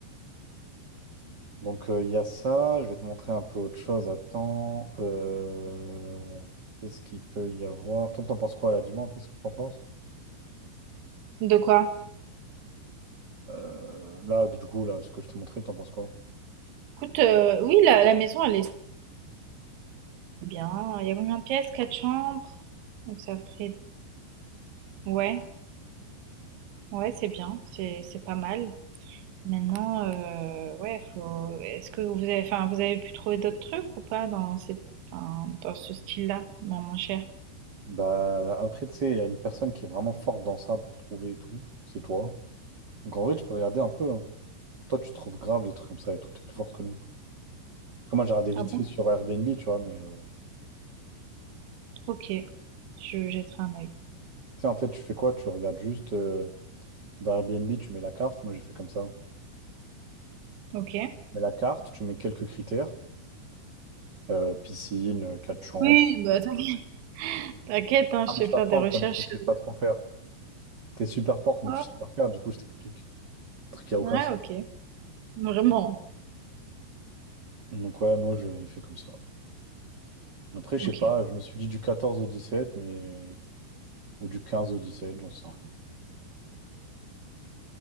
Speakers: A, on the right; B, on the right.
A: Donc, euh, il y a ça. Je vais te montrer un peu autre chose. Attends. Euh, Qu'est-ce qu'il peut y avoir? Toi, t'en penses quoi là? Dis-moi un peu ce que t'en penses.
B: De quoi?
A: Euh, là, du coup, là, ce que je t'ai montré, t'en penses quoi?
B: Écoute, euh, oui, la, la maison, elle est c'est bien. Il y a combien de pièces? Quatre chambres. Donc ça ferait... Ouais, ouais, c'est bien. C'est, c'est pas mal. Maintenant, euh, ouais, faut... Est-ce que vous avez... Enfin, vous avez pu trouver d'autres trucs ou pas dans cette... enfin, dans ce style-là, moins moins cher?
A: Bah, après, tu sais, il y a une personne qui est vraiment forte dans ça pour trouver et tout. C'est toi. Donc, en vrai, tu peux regarder un peu. hein. Toi, tu trouves grave les trucs comme ça et tout. T'es plus forte que nous. Après, moi, j'ai regardé vite
B: Ah bon?
A: fait sur Airbnb, tu vois, mais euh,
B: Ok. Je jetterai un œil.
A: tu sais, en fait, tu fais quoi? Tu regardes juste euh, dans Airbnb, tu mets la carte. Moi, j'ai fait comme ça.
B: Ok.
A: Tu mets la carte, tu mets quelques critères. Euh, piscine, euh, quatre chambres.
B: Oui, bah t'inquiète, t'inquiète, hein,
A: Ah,
B: je sais
A: mais je
B: faire
A: t'apprends,
B: des recherches.
A: comme tu sais pas trop faire. T'es super forte, mais
B: Oh,
A: tu sais pas faire, du coup, je t'explique. Un truc qui a aucun
B: ouais,
A: sens.
B: ok. Vraiment.
A: Donc, ouais, moi, j'avais fait comme ça. Après, je
B: Ok.
A: sais pas, je me suis dit du 14 au dix sept mais. Ou du quinze au dix sept j'en sais rien.